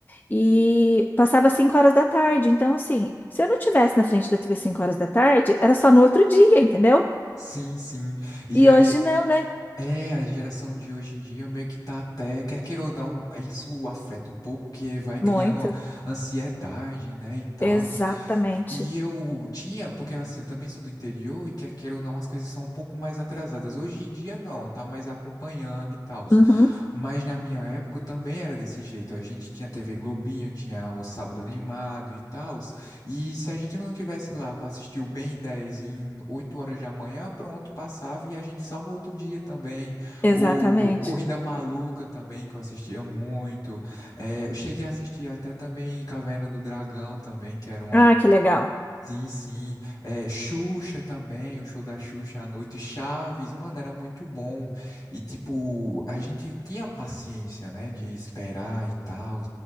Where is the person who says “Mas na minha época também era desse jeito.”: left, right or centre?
Left